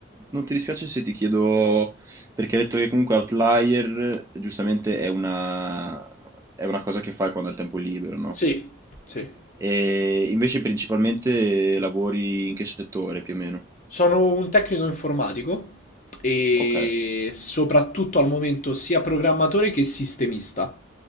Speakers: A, on the right (about 15°); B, on the left (about 40°).
A: non ti dispiace se ti chiedo, perché hai detto che comunque Outlier giustamente è una, è una cosa che fai quando hai il tempo libero, no?
B: Sì, sì.
A: E invece principalmente lavori in che settore più o meno?
B: Sono un tecnico informatico e
A: Ok.
B: soprattutto al momento sia programmatore che sistemista.